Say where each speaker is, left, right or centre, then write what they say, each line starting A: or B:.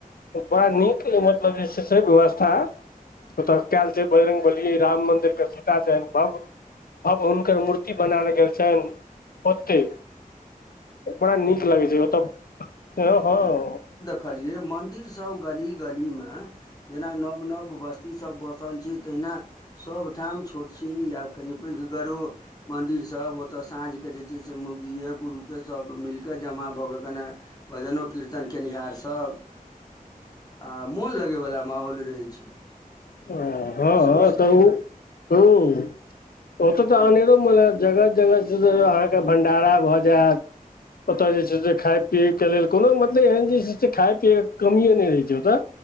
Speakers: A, on the left; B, on the left.
A: बड़ा नीक मतलब जे छै से व्यवस्था ओतऽ कैल छै बजरंगबली, राम मंदिर के सीता छैन भव-भव हुन कर मूर्ति बनैल गेल छाइन ओतै। बड़ा नीक लागै छै ओतऽ, ह-हँ।
B: कहलियै मंदिर सब गली-गली में जेना नव-नव बस्ती सब बसल छी, तहिना सभ ठाम छोट छिन या कनि पैघगरो मंदिर सब, ओतअ साँझ के जे छै से मौगीये, पुरुखे सब मिल कऽ जमा भऽ कऽ कने भजनो कीर्तन केनिहारसभ। आ मुन लगैवला माहौल रहै छै।
A: अऽ-हँ-तऽ-ऊ-त-ओ।
B: सौँसे
A: ओतय तऽ अनेरो मने जगह-जगह सँ अहाँके भंडारा भऽ जैत। ओतऽ जे छै से खाय पियैके लेल कोनो मतलब एहन जे छै से खाय पियैके कमिए नै रहै छै ओतऽ।